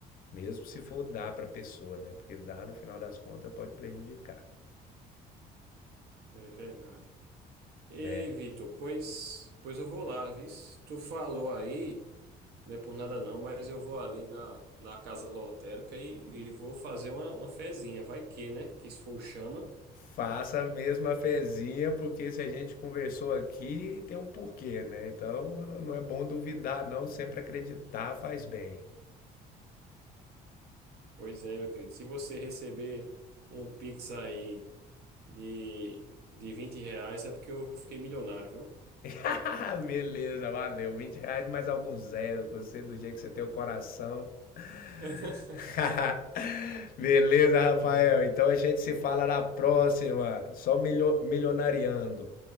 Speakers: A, on the left (about 60°); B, on the right (about 70°).
A: mesmo se for dar para a pessoa, né? Porque dar no final das contas pode prejudicar.
B: É verdade. Ei,
A: né?
B: Vitor, pois, pois eu vou lá, vis. Tu falou aí, não é por nada não, mas eu vou ali na, na casa lotérica e, e vou fazer uma, uma fezinha. Vai que, né? Que se for o chama.
A: Faça a mesma fezinha, porque se a gente conversou aqui, tem um porquê, né? Então não é bom duvidar, não. Sempre acreditar faz bem.
B: Pois é, meu querido. Se você receber um Pix aí de, de 20 reais, é porque eu fiquei milionário, viu?
A: <laughs> Beleza, valeu. vinte reais mais algum zero, que eu do jeito que você tem o coração.
B: <laughs>
A: <laughs> Beleza, Rafael.
B: É.
A: Então a gente se fala na próxima. Só milho- milionariando.